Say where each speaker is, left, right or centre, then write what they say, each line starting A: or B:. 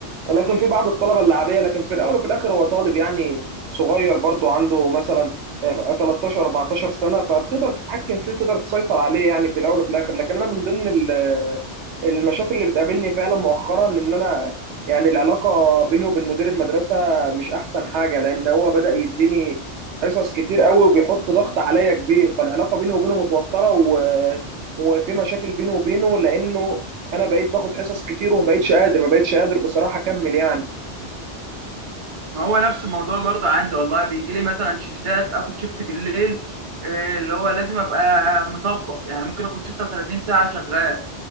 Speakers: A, on the right; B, on the right.
A: لكن في بعض الطلبه اللعبيه لكن في الاول وفي الاخر هو طالب يعني صغير برضو عنده مثلا آه، 13 14 سنه فبتقدر تتحكم فيه وتقدر تسيطر عليه يعني في الاول وفي الاخر لكن انا من ضمن ال- المشاكل اللي بتقابلني فعلا مؤخرا ان انا يعني العلاقه بينه وبين مدير المدرسه مش احسن حاجه لان هو بدا يديني حصص كتير قوي وبيحط ضغط عليا كبير فالعلاقه بينه وبينه متوتره و... وفي مشاكل بينه وبينه لانه انا بقيت باخد حصص كتير وما بقيتش قادر ما بقيتش قادر بصراحه اكمل يعني
B: ما هو نفس الموضوع برضه عندي والله بيجي لي مثلا شيفتات اخد شيفت بالليل إيه اللي هو لازم ابقى مطبق يعني ممكن اخد 36 ساعه شغال